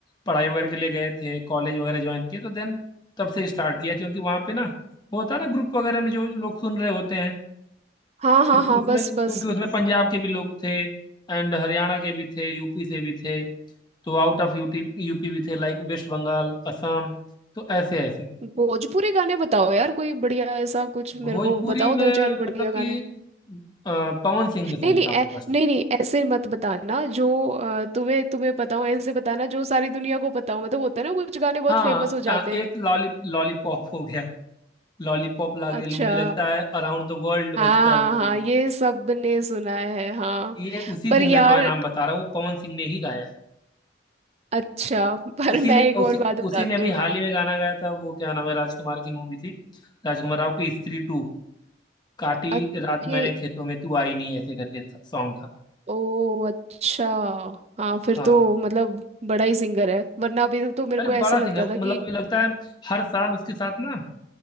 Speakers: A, on the left; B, on the right.
A: पढ़ाई वगैरह के लिए गए थे कॉलेज वगैरह ज्वाइन किए तो देन तब से स्टार्ट किया क्योंकि वहाँ पे ना वो होता है ना ग्रुप वगैरह में जो लोग सुन रहे होते हैं
B: हाँ हाँ
A: क्योंकि
B: हाँ
A: उसमें
B: बस
A: क्योंकि
B: बस
A: उसमें पंजाब के भी लोग थे एंड हरियाणा के भी थे यूपी से भी थे तो आउट ऑफ यूटी यूपी भी थे लाइक वेस्ट बंगाल असम तो ऐसे ऐसे
B: भोजपुरी गाने बताओ यार कोई बढ़िया ऐसा कुछ मेरे
A: भोजपुरी
B: को बताओ
A: में
B: दो चार
A: मतलब
B: बढ़िया
A: कि
B: गाने
A: अ, पवन सिंह के सुनता
B: नहीं नहीं ऐ,
A: हूँ बस
B: नहीं नहीं ऐसे मत बताना जो अ, तुम्हें तुम्हें पता हो ऐसे बताना जो सारी दुनिया को पता हो मतलब होता है ना कुछ गाने बहुत
A: हाँ
B: फेमस हो
A: अ,
B: जाते
A: एक
B: हैं
A: लॉली लॉलीपॉप हो गया लॉलीपॉप लागे
B: अच्छा
A: लू मुझे लगता है अराउंड द वर्ल्ड
B: हाँ
A: बजता है
B: हाँ
A: वो
B: हाँ
A: भी
B: ये सब ने सुना है हाँ
A: ये उसी
B: पर
A: सिंगर
B: यार
A: का मैं नाम बता रहा हूँ वो पवन सिंह ने ही गाया है
B: अच्छा <laughs> पर
A: उसी
B: मैं
A: ने
B: एक
A: उसी
B: और बात बताती
A: उसी ने अभी
B: हूँ
A: हाल ही में गाना गाया था वो क्या नाम है राजकुमार की मूवी थी राजकुमार राव की स्त्री टू काटी
B: अ-
A: रात मैंने
B: ये
A: खेतों में तू आई नहीं ऐसे करके सॉन्ग था
B: ओ अच्छा हाँ
A: हाँ
B: फिर तो मतलब बड़ा ही सिंगर है वरना अभी तक तो मेरे
A: अरे
B: को ऐसे
A: बड़ा
B: लगता
A: सिंगर मतलब
B: था कि
A: मुझे लगता है हर साल उसके साथ ना